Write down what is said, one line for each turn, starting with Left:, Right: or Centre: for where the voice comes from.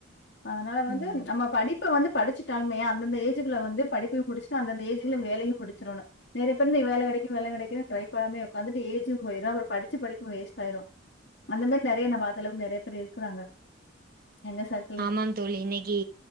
Left: அதனால வந்து
Right: ம்
Left: நம்ம படிப்ப வந்து படிச்சு டாலுமே அந்தந்த ஏஜ்குல வந்து படிப்பையு முடிச்சுட்டு அந்தந்த ஏஜ்ல வேலையு முடிச்சிரணு நெறைய பேரு இன் வேல கெடைக்கு வேல கெடைக்குனு ட்ரை பண்ணாமே உக்காந்துட்டு ஏஜ் போய்ரு அப்புற படிச்சு படிப்பு வேஸ்ட் ஆய்ரு அந்த மாரி நெறைய நா பாத்த அளவுக்கு நெறைய பேர் இருக்கறாங்க எங்க சார்
Right: ஆமாம் தோழி இன்னைக்கு